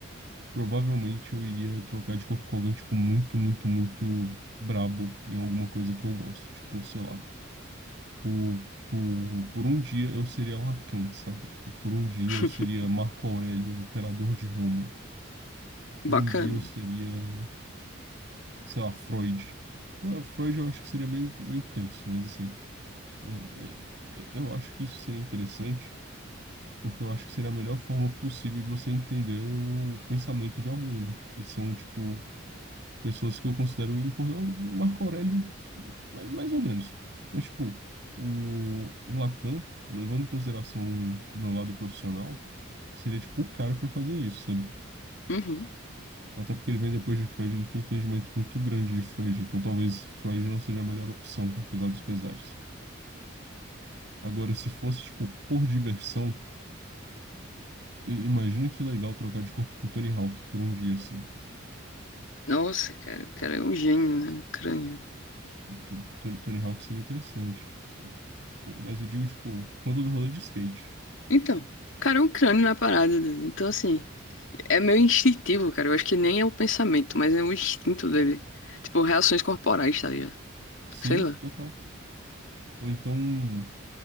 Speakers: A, on the right; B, on the left.
A: provavelmente eu iria trocar de corpo com alguém, tipo, muito, muito, muito brabo em alguma coisa que eu gosto. Tipo, sei lá. Por, por, por um dia eu seria Lacan, sabe? Tipo, por um dia
B: <laughs>
A: eu seria Marco Aurélio, imperador de Roma.
B: Bacana.
A: Por um dia eu seria. sei lá, Freud. Eh, Freud eu acho que seria meio, meio tenso, mas assim, eh, eh, eh, eu acho que isso seria interessante, porque eu acho que seria a melhor forma possível de você entender o pensamento de alguém, né? E são, tipo, pessoas que eu considero importantes. Marco Aurélio, ma- mais ou menos. Mas, tipo, o o Lacan, levando em consideração o meu lado profissional, seria, tipo, o cara para fazer isso, sabe?
B: Uhum.
A: Até porque ele vem depois de Freud, ele tem um entendimento muito grande de Freud, então talvez Freud não seja a melhor opção, apesar dos pesares. Agora, se fosse, tipo, por diversão, i- imagina que legal trocar de corpo com Tony Hawk por um dia, assim.
B: Nossa, cara, o cara é um gênio, né? Um crânio.
A: T- Tony, Tony Hawk seria interessante. Mas eu digo, tipo, por conta do rolê de skate.
B: Então, cara, é um crânio na parada, doido. Então, assim, é meio instintivo, cara. Eu acho que nem é o pensamento, mas é o instinto dele. Tipo, reações corporais, tá ligado?
A: Sim,
B: Sei lá.
A: total. Ou então,